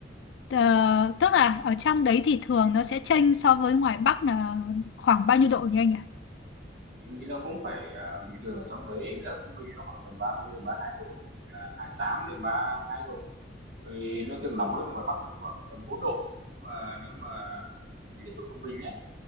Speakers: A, on the left; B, on the right.
A: ờ, tức là ở trong đấy thì thường nó sẽ chênh so với ngoài Bắc là khoảng bao nhiêu độ nhỉ anh ạ?
B: em nghĩ nó cũng phải à, bình thường ở trong đấy là trung bình nó khoảng tầm ba mươi đến ba mươi hai độ hoặc là hai mươi tám đến ba mươi hai độ thì nó thường nóng hơn ở ngoài Bắc mình khoảng tầm bốn độ nhưng mà nếu mà nhiệt độ trung bình nhé